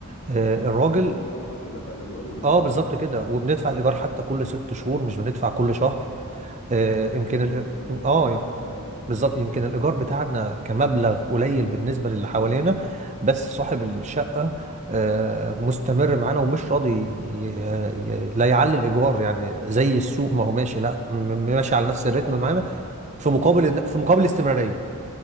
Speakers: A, on the right (about 35°); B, on the left (about 90°).
A: آه، الراجل
B: ومرتبطين طبعا في دفع الايجار والدنيا
A: اه
B: تمام
A: بالظبط كده وبندفع الايجار حتى كل ست شهور مش بندفع كل شهر آه،
B: اه
A: يمكن
B: يعني
A: ال... اه
B: مقدم كمان اه
A: بالظبط يمكن الإيجار بتاعنا كمبلغ قليل بالنسبة للي حوالينا بس صاحب الشقة آه، مستمر معانا ومش راضي ي- ي- لا يعلي الإيجار يعني زي السوق ما هو ماشي لا م- ماشي على نفس
B: لا
A: الريتم
B: هو ما هو
A: معانا
B: ليه بقى
A: في مقابل
B: لان هو خايف
A: إن- في مقابل الاستمرارية